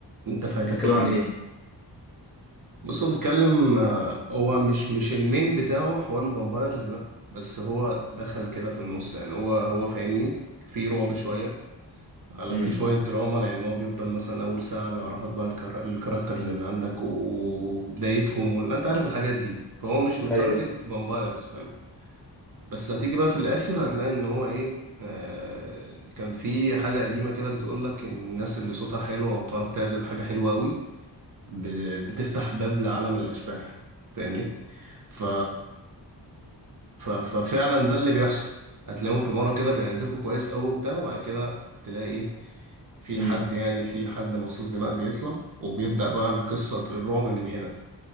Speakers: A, on the right (about 50°); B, in the centre.
A: انت فايتك
B: بيتكلم
A: كتير
B: عن ايه
A: بص هو بيتكلم آه، هو مش مش المين بتاعه حوار الفامبايرز ده بس هو دخل كده في النص يعني هو هو فاهمني في رعب شوية على
B: امم
A: في شوية دراما لأن هو بيفضل مثلا أول ساعة بيعرفك بقى الكرا- الكاركترز اللي عندك وبدايتهم وال- أنت عارف الحاجات دي فهو مش متارجت
B: ايوه
A: فامبايرز فاهم بس هتيجي بقى في الآخر هتلاقي إن هو إيه آه كان في حاجة قديمة كده بتقولك إن الناس اللي صوتها حلو أو بتعرف تعزف حاجة حلوة أوي ب- بتفتح باب لعالم الأشباح فاهمني؟ ف ف- ففعلا ده اللي بيحصل هتلاقيهم في مرة كده بيعزفوا كويس أوي وبتاع وبعد كده تلاقي إيه في
B: امم
A: حد يعني في حد مصاص دماء بيطلع وبيبدأ بقى القصة بالرعب من هنا